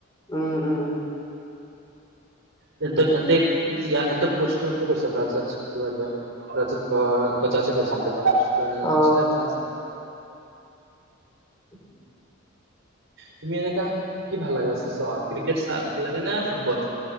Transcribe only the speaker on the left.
উম উম।
অ
<inaudible>